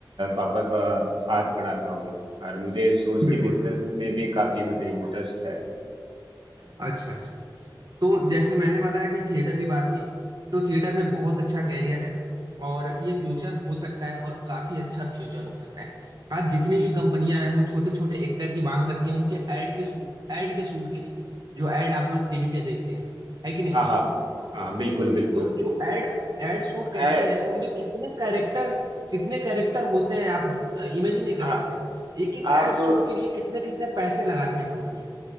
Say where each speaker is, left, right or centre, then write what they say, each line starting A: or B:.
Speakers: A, on the right; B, on the right.
A: पापा का हाथ बढ़ाता हूँ और मुझे शूज
B: बिल्कुल
A: के बिजनेस में भी काफी मुझे इंटरेस्ट है
B: अच्छा अच्छा तो
A: हम्म।
B: जैसे मैंने बताया कि थिएटर की बात की तो थिएटर में बहुत अच्छा कैरियर है और ये फ्यूचर हो सकता है और काफी अच्छा फ्यूचर हो सकता है आज जितनी भी कंपनियां हैं वो छोटे छोटे एक्टर की मांग करती हैं उनके ऐड के एड के शूट के लिए जो ऐड आप लोग टीवी पे देखते हैं है कि नहीं
A: हाँ हाँ हाँ हाँ बिल्कुल बिल्कुल
B: तो जो एड एड शूट
A: आ,
B: करते हैं उनमें कितने कैरेक्टर कितने कैरेक्टर होते हैं आप इमेजिन नहीं कर
A: आ,
B: सकते एक एक
A: आप
B: एड शूट के लिए कितने कितने पैसे लगाते हैं कंपनियां